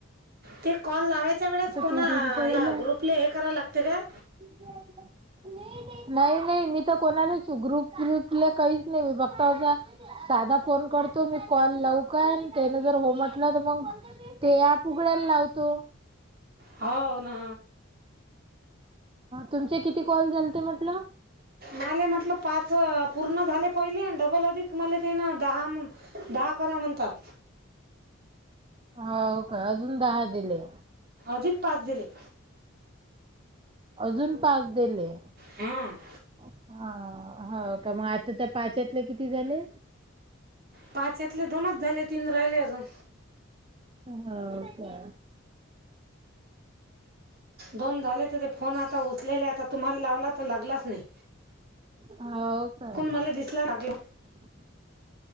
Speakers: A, on the right; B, on the right.
A: ते कॉल लावायच्या वेळेस कोणा
B: पीठ येऊन पडेल
A: या ग्रुपले हे करा लागते काय?
B: <inaudible> नाही नाही मी त कोणालाच ग्रुप ब्रिपल काहीच नाही फक्त असा साधा फोन कर तो मी कॉल लावूका त्यान जर हो म्हटलं तर मग ते अँप उघड्याला लावतो.
A: हाव ना.
B: तुमचे किती कॉल झालते म्हटलं?
A: मले म्हटलं पाच पूर्ण झाले पहिले डबल अधिक मले ते ना दहा दहा करा म्हणतात.
B: हो का अजून दहा दिले.
A: अधिक पाच दिले.
B: अजून पाच दिले.
A: हम.
B: हा हो का मग आता त्या पाचतले किती झाले.
A: पाच यातले दोनच झाले तीन राहिले अजून.
B: हो का?
A: दोन झाले तर ते. फोन आता उचलेला आता तुम्हाला लावला तर लागलाच नाही
B: हो का
A: मला दिसल. ग.
B: <unintelligible>